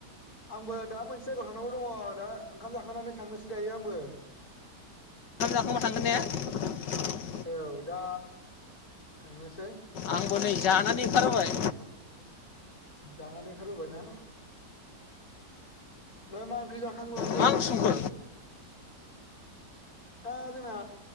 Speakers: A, on the left (about 55°); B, on the left (about 80°).
A: आंबो दा मोनसे जायगायाव थांनांगौ दङ दा ओंखाम जाखांनानै थांनोसै दायो आंबो
B: ओंखाम जाखांबा थांगोन ने? <unintelligible>
A: औ दा थांनोसै
B: आंबो नै जानानै ओंखारबोबाय।
A: जानानै ओंखारबोबायना <unintelligible> मा ओंख्रि जा थांलांखो
B: मां
A: दा
B: सोमखो
A: दा जोंना